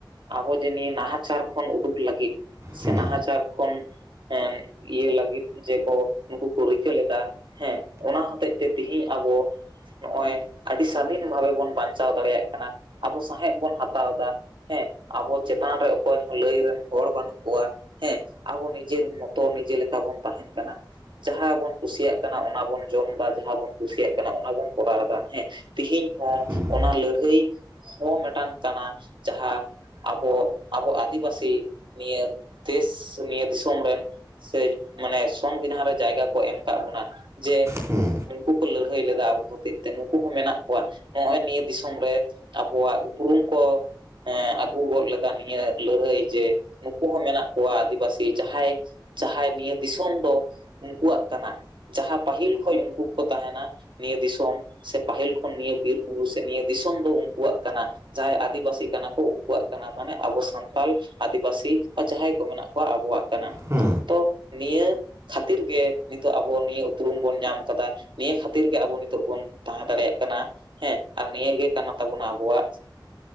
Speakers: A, on the right; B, on the right.
A: ᱟᱵᱚ ᱡᱮ ᱱᱤᱭᱟᱹ ᱱᱟᱦᱟᱪᱟᱨ ᱠᱷᱚᱱ ᱩᱰᱩᱠ ᱞᱟᱹᱜᱤᱫ ᱥᱮ
B: ᱦᱮᱸ
A: ᱱᱟᱦᱟᱪᱟᱨ ᱠᱷᱚᱱ ᱦᱮᱸ ᱤᱭᱟᱹ ᱞᱟᱹᱜᱤᱫ ᱡᱮ ᱠᱚ ᱱᱩᱠᱩ ᱠᱚ ᱨᱤᱠᱟᱹ ᱞᱮᱫᱟ ᱦᱮᱸ ᱚᱱᱟ ᱦᱚᱛᱮᱜ ᱛᱮ ᱛᱤᱦᱤᱧ ᱟᱵᱚ ᱱᱚᱜᱼᱚᱭ ᱟᱹᱰᱤ ᱥᱟᱫᱷᱤᱱ ᱵᱷᱟᱵᱮ ᱵᱚᱱ ᱵᱟᱧᱪᱟᱣ ᱫᱟᱲᱮᱭᱟᱜ ᱠᱟᱱᱟ ᱟᱵᱚ ᱥᱟᱸᱶᱦᱮᱫ ᱵᱚᱱ ᱦᱟᱛᱟᱣ ᱫᱟ ᱾ ᱦᱮᱸ ᱟᱵᱚ ᱪᱮᱛᱟᱱ ᱨᱮ ᱚᱠᱚᱭ ᱦᱚᱸ ᱞᱟᱹᱭ ᱨᱮᱱ ᱦᱚᱲ ᱵᱟᱹᱱᱩᱜ ᱠᱚᱣᱟ ᱦᱮᱸ ᱟᱵᱚ ᱱᱤᱡᱮᱨ ᱢᱚᱛ ᱛᱚ ᱱᱤᱡᱮ ᱞᱮᱠᱟ ᱵᱚᱱ ᱛᱟᱦᱮᱸᱱ ᱠᱟᱱᱟ ᱾ ᱡᱟᱦᱟᱸ ᱵᱚᱱ ᱠᱩᱥᱤᱭᱟᱜ ᱠᱟᱱᱟ ᱚᱱᱟ ᱵᱚᱱ ᱡᱚᱢ ᱫᱟ ᱡᱟᱦᱟᱸ ᱵᱚᱱ ᱠᱩᱥᱤᱭᱟᱜ ᱠᱟᱱᱟ ᱚᱱᱟ ᱵᱚᱱ ᱠᱚᱨᱟᱣ ᱫᱟ, ᱦᱮᱸ ᱛᱮᱦᱤᱧ ᱦᱚᱸ
B: ᱦᱮᱸ
A: ᱚᱱᱟ ᱞᱟᱹᱲᱦᱟᱹᱭ ᱦᱚᱸ ᱢᱮᱴᱟᱝ ᱠᱟᱱᱟ ᱡᱟᱦᱟᱸ ᱟᱵᱚ ᱟᱵᱚ ᱟᱹᱫᱤᱵᱟᱹᱥᱤ ᱱᱤᱭᱟᱹ ᱫᱮᱥ ᱱᱤᱭᱟᱹ ᱫᱤᱥᱚᱢ ᱨᱮᱱ ᱥᱮ ᱢᱟᱱᱮ ᱥᱚᱝᱵᱤᱫᱷᱟᱱ ᱨᱮ ᱡᱟᱭᱜᱟ ᱠᱚ ᱮᱢ ᱟᱠᱟᱫ ᱵᱚᱱᱟ, ᱡᱮ
B: ᱦᱮᱸ
A: ᱱᱩᱠᱩ ᱠᱚ ᱞᱟᱹᱲᱦᱟᱹᱭ ᱞᱮᱫᱟ ᱟᱵᱚ ᱦᱚᱛᱮᱜ ᱛᱮ ᱱᱩᱠᱩ ᱦᱚᱸ ᱢᱮᱱᱟᱜ ᱠᱚᱣᱟ ᱱᱚᱜᱼᱚᱭ ᱱᱤᱭᱟᱹ ᱫᱤᱥᱚᱢ ᱨᱮ ᱟᱵᱚᱣᱟᱜ ᱩᱯᱨᱩᱢ ᱠᱚ ᱮ ᱟᱹᱜᱩ ᱜᱚᱫ ᱞᱮᱫ ᱱᱤᱭᱟᱹ ᱞᱟᱹᱲᱦᱟᱹᱭ ᱡᱮ ᱱᱩᱠᱩ ᱦᱚᱸ ᱢᱮᱱᱟᱜ ᱠᱚᱣᱟ ᱟᱹᱫᱤᱵᱟᱹᱥᱤ ᱡᱟᱦᱟᱸᱭ ᱡᱟᱦᱟᱸᱭ ᱱᱤᱭᱟᱹ ᱫᱤᱥᱚᱢ ᱫᱚ ᱩᱱᱠᱩᱣᱟᱜ ᱠᱟᱱᱟ ᱡᱟᱦᱟᱸ ᱯᱟᱹᱦᱤᱞ ᱠᱷᱚᱱ ᱩᱱᱠᱩ ᱠᱚ ᱛᱟᱦᱮᱱᱟ ᱱᱤᱭᱟᱹ ᱫᱤᱥᱚᱢ ᱥᱮ ᱯᱟᱹᱦᱤᱞ ᱠᱷᱚᱱ ᱱᱤᱭᱟᱹ ᱵᱤᱨ ᱵᱩᱨᱩ ᱥᱮ ᱱᱤᱭᱟᱹ ᱫᱤᱥᱚᱢ ᱫᱚ ᱩᱱᱠᱩᱣᱟᱜ ᱠᱟᱱᱟ ᱾ ᱡᱟᱦᱟᱸᱭ ᱟᱹᱫᱤᱵᱟᱹᱥᱤ ᱠᱟᱱᱟ ᱠᱚ ᱩᱱᱠᱩᱣᱟᱜ ᱠᱟᱱᱟ ᱢᱟᱱᱮ ᱟᱵᱚ ᱥᱟᱱᱛᱟᱞ ᱟᱹᱫᱤᱵᱟᱹᱥᱤ ᱡᱟᱦᱟᱸᱭ ᱠᱚ ᱢᱮᱱᱟᱜ ᱠᱚᱣᱟ ᱟᱵᱚᱣᱟᱜ ᱠᱟᱱᱟ ᱾
B: ᱦᱩᱸ ᱾
A: ᱱᱤᱭᱟᱹ ᱠᱷᱟᱹᱛᱤᱨ ᱜᱮ ᱱᱤᱛᱚᱜ ᱟᱵᱚ ᱱᱤᱭᱟᱹ ᱩᱯᱨᱩᱢ ᱵᱚᱱ ᱧᱟᱢ ᱠᱟᱫᱟ ᱱᱤᱭᱟᱹ ᱠᱷᱟᱹᱛᱤᱨ ᱜᱮ ᱟᱵᱚ ᱱᱤᱛᱚᱜ ᱵᱚᱱ ᱛᱟᱦᱮᱸ ᱫᱟᱲᱮᱭᱟᱜ ᱠᱟᱱᱟ ᱦᱮᱸ ᱟᱨ ᱱᱤᱭᱟᱹᱟᱹᱜᱮ ᱠᱟᱱ ᱛᱟᱵᱚᱱᱟ ᱟᱵᱚᱣᱟᱜ